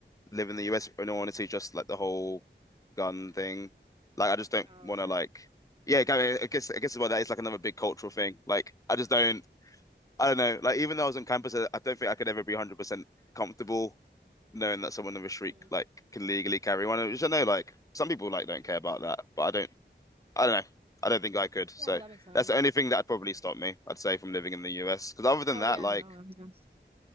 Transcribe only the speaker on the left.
live in the US, in all honesty, just like the whole gun thing. Like I just don't
want
to like. Yeah, I I guess I guess about that it's like another big cultural thing. Like I just don't. I don't know. Like even though I was on campus, I, I don't think I could ever be 100% comfortable knowing that someone of a shriek
like can legally carry one. Which I know like some people like don't care about that, but I don't. I don't know. I don't think I could. So
that's the only thing that would probably stop me. I'd say from living in the US. Because other than
that,
like.